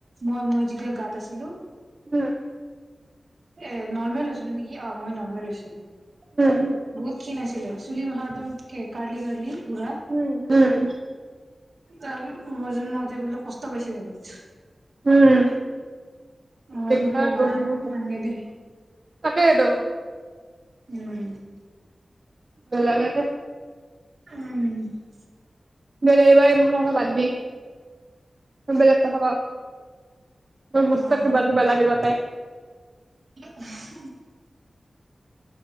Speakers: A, on the right; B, on the right.
A: মই মই যেতিয়া গাত আছিলো
B: হম
A: অএ নৰ্মেল হৈছিলো নেকি মই নৰ্মেল হৈছো
B: উম উম
A: বহুত খীণ আছিল আছিলে চুুলি মাখা একদমত কে ৰ্কালি ৰ্কালি ঘুৰা
B: উম উম
A: তাৰ মই জন্ম হওঁতে বোলে কষ্ট পাইছে বহুত
B: উম
A: অ
B: দিগদাৰ
A: বোলো মা
B: বহুত
A: নালাগে দে
B: তাকেইতো
A: উম
B: <unintelligible>
A: উম
B: ডেলিভাৰি কথা বাদ দি বেলেগ কথা ক মস্তক
A: অ
B: কিবা
A: কি
B: কিবা লাগিব তাই
A: <unintelligible>